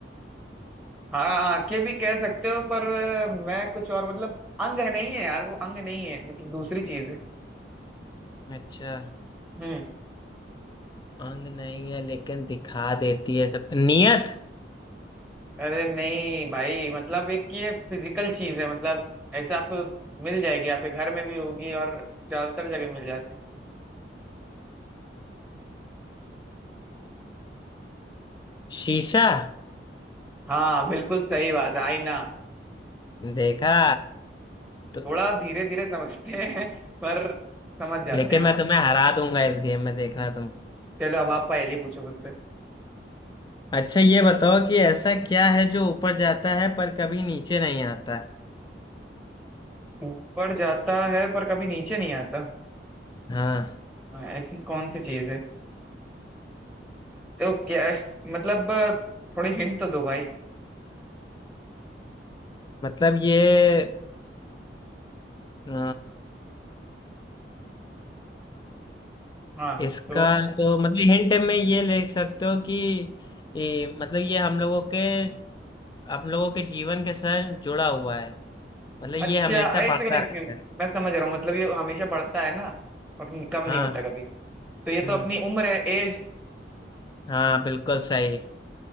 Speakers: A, in the centre; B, on the left (about 25°).
A: हाँ आंखें भी कह सकते हो पर अ, मैं कुछ और मतलब अंग है नहीं है यार वो अंग नहीं है मतलब दूसरी चीज है
B: अच्छा
A: हम्म
B: अंग नहीं है लेकिन दिखा देती है सब नियत
A: अरे नहीं भाई मतलब एक ये फिजिकल चीज है मतलब ऐसे आपको मिल जाएगी आपके घर में भी होगी और ज्यादातर जगह मिल जाती
B: शीशा
A: हाँ बिल्कुल सही बात है आईना
B: देखा तो
A: थोड़ा धीरे धीरे समझते हैं पर समझ जाते
B: लेकिन
A: हैं आप
B: मैं तुम्हें हरा दूंगा इस गेम में देखना तुम
A: चलो अब आप पहले पूछो मुझसे
B: अच्छा ये बताओ कि ऐसा क्या है जो ऊपर जाता है पर कभी नीचे नहीं आता
A: ऊपर जाता है पर कभी नीचे नहीं आता
B: हाँ
A: हाँ, ऐसी कौन सी चीज है तो क्या मतलब थोड़े हिंट तो दो भाई
B: मतलब ये अ,
A: हाँ
B: इसका
A: तो
B: तो मतलब हिंट में ये लिख सकते हो कि ये, मतलब ये हम लोगों के हम लोगों के जीवन के साथ जुड़ा हुआ है मतलब ये
A: अच्छा
B: हमेशा
A: एक
B: बढ़ता
A: सेकंड एक
B: रहता
A: सेकंड
B: है
A: मैं समझ रहा हूँ मतलब ये हमेशा बढ़ता है ना और कम नहीं
B: हाँ
A: होता कभी तो ये तो
B: हम्म
A: अपनी उम्र है एज
B: हाँ बिल्कुल सही